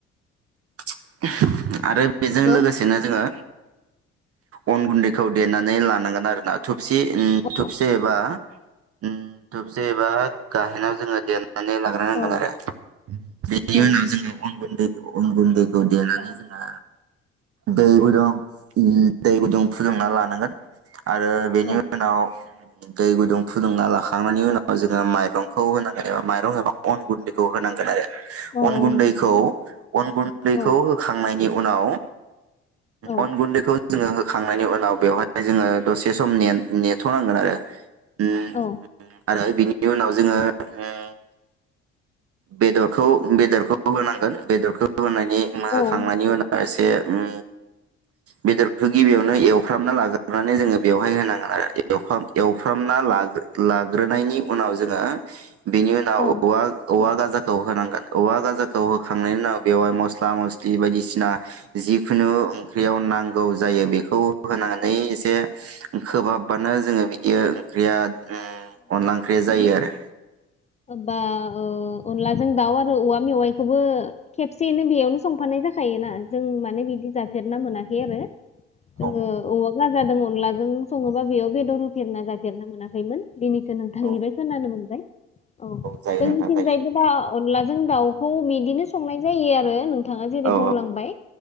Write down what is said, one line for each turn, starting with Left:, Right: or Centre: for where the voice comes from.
Right: <inaudible> आरो बेजों
Left: नंगौ
Right: लोगोसेनो जोङो अन गुन्दैखौ देनानै लानांगोन आरोना थबसि ओम
Left: औ
Right: थबसि एबा ओम थबसि एबा गाहेनाव जोङो दे नानै लाग्रोनांगोन
Left: औ
Right: आरो ओम बिनि
Left: औ
Right: उनाव
Left: नंगौ
Right: जोंङो अन गुन्दै अन गुन्दै खौ देनानै जोंहा दैबो दं ओम दै गुदुं फुदुंना लानांगोन आरो बेनि
Left: औ
Right: उनाव दै गुदुं फुदुंना लाखांनायनि उनाव जोङो माइरंखौ होनांगोन एबा माइरं एबा अन गुन्दैखौ होनांगोन आरो
Left: औ
Right: अन गुन्दैखौ
Left: औ नंगौ
Right: अन गुन बेखौ
Left: औ
Right: होखांनाय नाय नि उनाव
Left: औ
Right: अन गुन्दैखौ जोङो होखांनायनि उनाव बेवहाय जोङो दसे सम ने-नेथ'नांगोन आरो उम
Left: औ
Right: आरो बिनि उनाव जोङो ओम बेदरखौ बेदरखौ होनांगोन बेदरखौ होनायनि मोनहोखांनायनि
Left: औ नंगौ
Right: उनाव एसे ओम बेदरखौ गिबियावनो एवफ्रामना लाग्रोनानै जोङो बेवहाय होनांगोन आरो एवफाम एवफ्रामना लाग्रो लाग्रोनायनि उनाव जोङो बेनि उनाव
Left: औ
Right: औवा औवा गाजाखौ होनांगोन औवा गाजाखौ हो खांनायनि उनाव बेवहाय मस्ला मस्लि बायदिसिना जिखुनु ओंख्रियाव नांगौ जायो बेखौ होनानै एसे खोबहाबबानो जोङो बिदि ओंख्रिया ओम अनला ओंख्रिया जायो आरो
Left: ओमबा ओ अनलाजों दाउ आरो औवा मेवाइखौबो खेबसेयैनो बेयावनो संफानाय जाखायोना जों माने बिदि जाफेरना मोनाखै आरो जोङो
Right: औ नंगौ
Left: औवा गाज जादों अनलाजों सङोबा बेयाव बेदर होफेरना जाफेरना मोनाखैमोन। दिनैसो नोंथांनिबाय
Right: औ
Left: खोनानो मोनबाय। औ
Right: जायो
Left: जोंनिथिं
Right: नोंथां जायो
Left: जायबो दा अनलाजों दाउखौ बिदिनो संनाय जायो आरो नों थांङा जेरै-बुंलांबाय
Right: औ